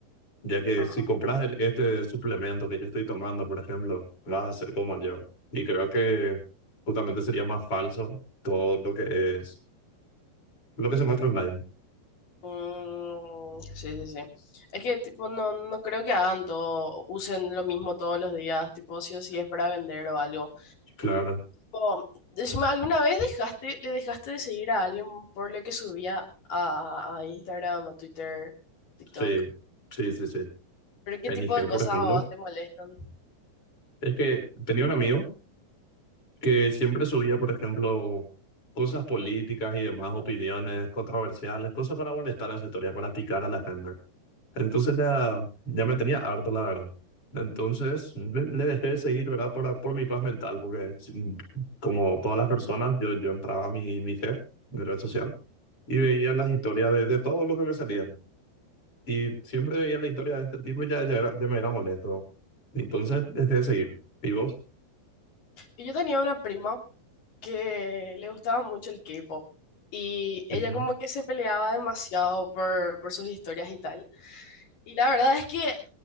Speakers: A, on the left (about 30°); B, on the left (about 50°).
A: Ya que
B: Ajá.
A: si compras el- este suplemento que yo estoy tomando, por ejemplo, vas a ser como yo. Y creo que justamente sería más falso todo lo que es, lo que se muestra online.
B: Mm, sí, sí, sí. Es que, tipo, no, no creo que hagan todo, usen lo mismo todos los días, tipo, si o si es para vender o algo.
A: Claro,
B: O, decime, ¿alguna vez dejaste, le dejaste de seguir a alguien por lo que subía a, a Instagram, a Twitter, TikTok?
A: sí, sí, sí, sí.
B: ¿Pero qué
A: En
B: tipo
A: IG,
B: de cosas
A: por ejemplo,
B: a vos te molestan?
A: es que tenía un amigo que siempre subía, por ejemplo, cosas políticas y demás, opiniones controversiales, cosas para molestar a las historias, para picar a la gente. Entonces ya, ya me tenía harto, la verdad. Entonces le, le dejé de seguir, ¿verdad? Por, por mi paz mental, porque sí, como todas las personas, yo, yo entraba a mi, mi IG, mi red social, y veía las historias de, de todo lo que me salía. Y siempre veía la historia de este tipo y ya, ya, era, ya me era molesto. Entonces, dejé de seguir. Y vos,
B: Y yo tenía una prima que le gustaba mucho el K-pop y ella
A: Ujú.
B: como que se peleaba demasiado por, por sus historias y tal. Y la verdad es que